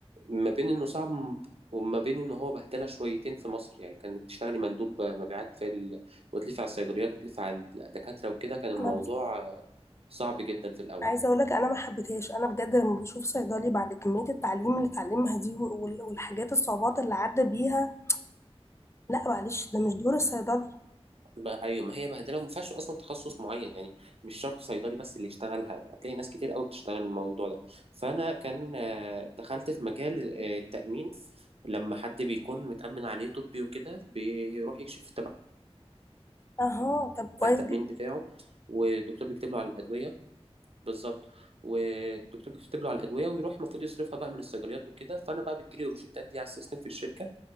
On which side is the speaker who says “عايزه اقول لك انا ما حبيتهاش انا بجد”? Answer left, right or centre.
Left